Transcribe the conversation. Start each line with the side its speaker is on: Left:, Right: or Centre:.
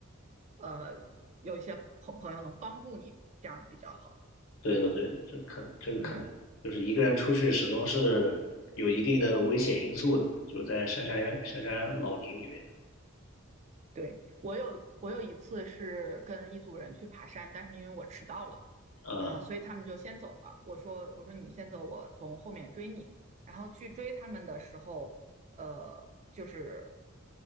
Right: 呃，有一些朋朋友能帮助你，这样比较好。
Left: 对的对的，这肯这个肯定就是一个人出去始终是有一定的危险因素的嘛，
Right: 嗯，
Left: 就是在深山深山老林里面，
Right: 对，我有我有一次是跟一组人去爬山，但是因为我迟到了。
Left: 嗯。
Right: 啊、呃所以他们就先走了。我说我说你们先走，我从后面追你。然后去追他们的时候，呃，就是